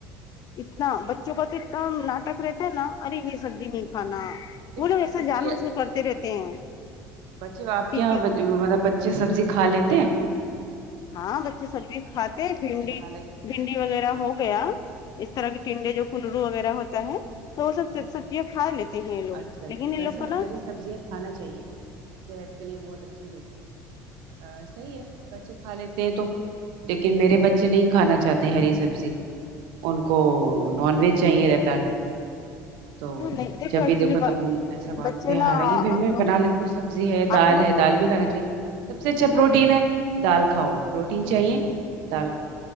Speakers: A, on the left; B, on the right.
A: اتنا بچوں کا تو اتنا ناٹک رہتا ہے نا ارے یہ سبزی نہیں کھانا
B: پھر
A: وہ لوگ ایسا
B: بچے
A: جان بوجھ کے کرتے رہتے ہیں
B: بچے آپ
A: کیونکہ
B: کے یہاں مطلب بچے سبزی کھا لیتے ہے
A: ہاں بچے سبزی کھاتے بھنڈی
B: حالانکہ
A: بھنڈی وغیرہ
B: ہاں
A: ہو گیا اس طرح کے ٹنڈے جو کنرو وغیرہ ہوتا ہے تو وہ سب
B: ہاں
A: سبزیاں کھا لیتے ہیں یہ لوگ
B: اچھا
A: لیکن
B: اچھا
A: ان
B: ویسے
A: لوگ کو نا
B: ہری سبزیاں کھانا چاہیے صحت کے لیے بہت اچھی ہوتی صحیح ہے بچے کھا لیتے ہیں تو لیکن میرے بچے نہیں کھانا چاہتے ہری سبزی ان کو نون ویج چاہیے رہتا ہے تو
A: نہیں
B: جب
A: ایکچولی
B: بھی دیکھو تب وہ ایسا بانتے
A: بچے
B: ہیں
A: نا
B: حالکہ
A: آپ
B: پھر میں
A: لوگ
B: بنا لیتی ہوں سبزی زی ہے دال
A: آپ لوگ
B: ہے دال بھی کھانا چاہیے سب سے اچھا
A: ہاں
B: پروٹین ہے دال کھاؤ اور پروٹین چاہیے دال کھاؤ